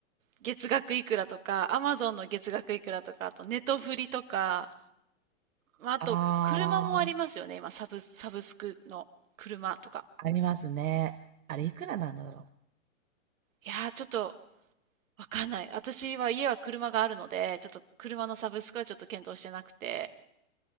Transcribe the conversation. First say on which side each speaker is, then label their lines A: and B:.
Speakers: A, on the right; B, on the right.
A: 月額いくらとか、アマゾンの月額いくらとか、あとネトフリとか、まあ、あと車もありますよね、
B: ああ、
A: 今サブ、サブスクの車とか。
B: ありますね。あれいくらなんだろ
A: いやー、ちょっとわかんない。私は家は車があるので、ちょっと車のサブスクはちょっと検討してなくて、